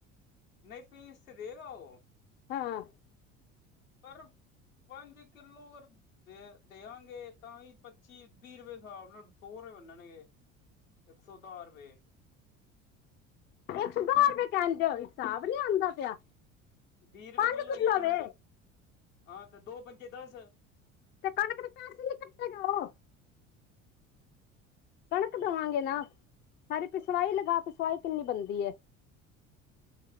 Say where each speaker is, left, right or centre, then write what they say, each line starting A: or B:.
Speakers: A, on the left (about 80°); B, on the left (about 30°).
A: ਨਹੀਂ ਪੀਸ ਤੇ ਦੇਗਾ ਉਹ।
B: ਹਾਂ।
A: ਪਰ ਪੰਜ ਕਿੱਲੋ ਦੇ। ਦੇਵਾਂਗੇ ਤਾਂ ਵੀ ਪੱਚੀ ਵੀਹ ਰੁਪਏ ਹਿਸਾਬ ਨਾਲ ਸੌ ਰੁਪਏ ਬਣਨਗੇ। ਇੱਕ ਸੌ ਦਾਰ ਰੁਪਏ।
B: ਇੱਕ ਸੌ ਦਸ ਰੁਪਏ ਕਹਿਣ ਦਿਓ ਹਿਸਾਬ ਨੀ ਆਉਂਦਾ ਪਿਆ।
A: ਵੀਹ ਰੁਪਏ
B: ਪੰਜ
A: ਕਿੱਲੋ ਹੋਈ ਕਣਕ
B: ਵੇ।
A: ਹਾਂ ਤੇ ਦੋ ਪੰਜ। ਪੰਜੇ ਦਸ।
B: ਤੇ ਕਣਕ ਦੇ ਪੈਸੇ ਨੀ ਕੱਟੇਗਾ ਉਹ ਕਣਕ ਦੇਵਾਂਗੇ ਨਾ ਸਾਰੀ ਪਿਸਵਾਈ ਲਗਾ ਕੇ ਪਿਸਾਈ ਕਿੰਨੀ ਬਣਦੀ ਹੈ?
A: <inaudible>